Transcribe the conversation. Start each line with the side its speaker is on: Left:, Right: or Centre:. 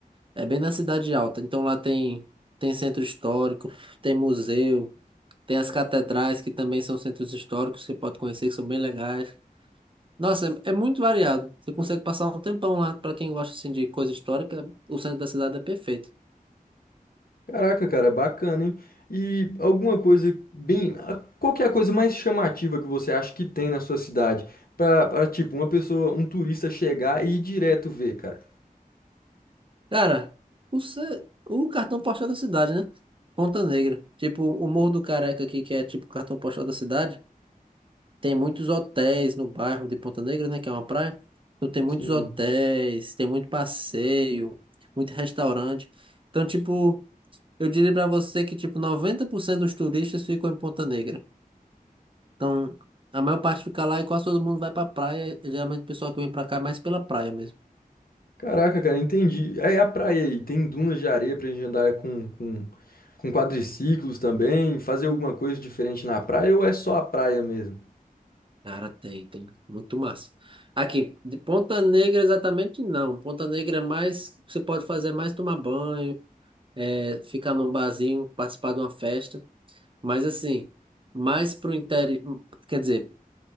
Right: É bem na Cidade Alta, então lá tem, tem centro histórico, tem museu. Tem as catedrais, que também são centros históricos, que pode conhecer, que são bem legais. Nossa, é é muito variado. Você consegue passar um tempão lá. Pra quem gosta assim, de coisa histórica, o centro da cidade é perfeito.
Left: Caraca, cara, bacana, hein? E alguma coisa bem. a- Qual que é a coisa mais chamativa que você acha que tem na sua cidade? Pra, pra, tipo, uma pessoa, um turista chegar e ir direto ver, cara.
Right: Cara, o, ce- o cartão postal da cidade, né? Ponta Negra. Tipo, o Morro do Careca aqui, que é tipo o cartão postal da cidade. Tem muitos hotéis no bairro de Ponta Negra, né? Que é uma praia. Então tem muitos
Left: Sim.
Right: hotéis, tem muito passeio, muito restaurante. Então, tipo. Eu diria pra você que, tipo, 90% dos turistas ficam em Ponta Negra. Então, a maior parte fica lá e quase todo mundo vai pra praia. Geralmente o pessoal que vem pra cá é mais pela praia mesmo.
Left: Caraca, cara, entendi. Aí a praia aí, tem dunas de areia pra gente andar com, com, com quadriciclos também, fazer alguma coisa diferente na praia ou é só a praia mesmo?
Right: Cara, tem, tem. Muito massa. Aqui, de Ponta Negra exatamente não. Ponta Negra é mais, você pode fazer mais tomar banho, é, ficar num barzinho, participar de uma festa. Mas assim, mais pro interior, quer dizer,